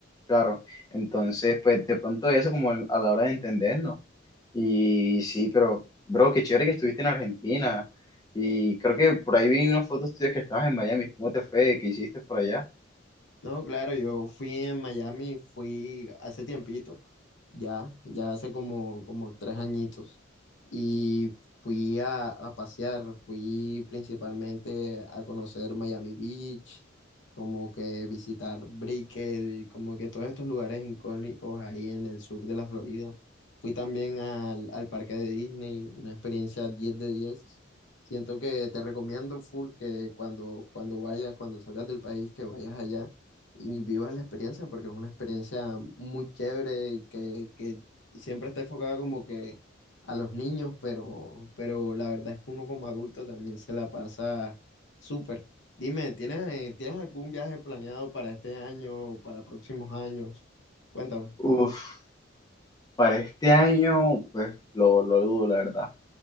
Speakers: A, on the left; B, on the left.
A: claro. Entonces, pues de pronto eso como al- a la hora de entendernos. Y sí, pero, bro, qué chévere que estuviste en Argentina. Y creo que por ahí vi unas fotos tuyas que estabas en Miami. ¿Cómo te fue? ¿Qué hiciste por allá?
B: No, claro, yo fui en Miami, fui hace tiempito. ya, ya hace como, como tres añitos. Y fui a, a pasear, fui principalmente a conocer Miami Beach, como que visitar Brickell, y como que todos estos lugares icónicos ahí en el sur de la Florida. Fui también al, al parque de Disney, una experiencia 10 de 10. Siento que te recomiendo full que cuando, cuando vayas, cuando salgas del país, que vayas allá y vivas la experiencia porque es una experiencia muy chévere que, que siempre está enfocada como que a los niños, pero, pero la verdad es que uno como adulto también se la pasa súper. Dime, ¿tienes, eh, ¿tienes algún viaje planeado para este año para próximos años? Cuéntame.
A: Uf, para este año, pues lo, lo dudo, la verdad.